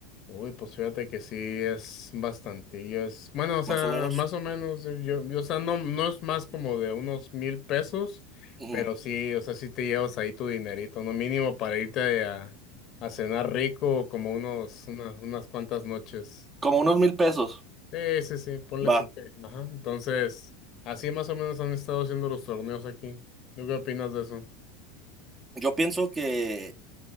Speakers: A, on the left; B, on the right.
A: Uy, pues fíjate que sí es bastantillo, es, bueno, o sea,
B: más o menos.
A: más o menos, eh, yo, yo, o sea, no, no es más como de unos mil pesos,
B: Ujú.
A: pero sí, o sea, sí te llevas ahí tu dinerito, no mínimo para irte a, a cenar rico como unos, unas, unas cuantas noches.
B: Como unos mil pesos,
A: Sí, sí, sí, ponle
B: va.
A: tu que, ajá, entonces, así más o menos han estado haciendo los torneos aquí. ¿Tú qué opinas de eso?
B: Yo pienso que,